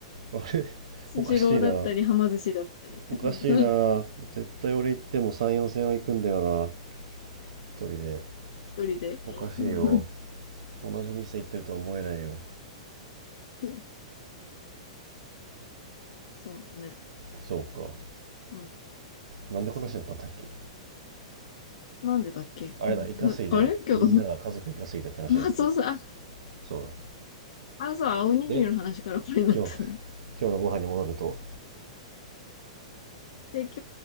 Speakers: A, on the right; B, on the left.
A: ー <laughs> あれ
B: スシローだったり、
A: おかしいな。
B: はま寿司だったり。
A: おかしいな。
B: うん
A: 絶対俺行っても3、4戦は行くんだよな。一人で。
B: 一人で。
A: おかしいよ。
B: うん
A: 同じ店行ってるとは思えないよ。
B: <laughs> そうね。
A: そうか。
B: うん。
A: なんでこの話だったんだっけ
B: そう。なんでだっけうん
A: あれだ、イカスイで、
B: <laughs> あれ今日
A: みんなが家族イカスイでって話になったの。
B: まあ、そうそう。あ、
A: そう
B: 朝はおにぎりの話からこれになったんだ。
A: だ。で、今日、
B: <laughs>
A: <laughs> 今日のご飯に戻ると、
B: で、今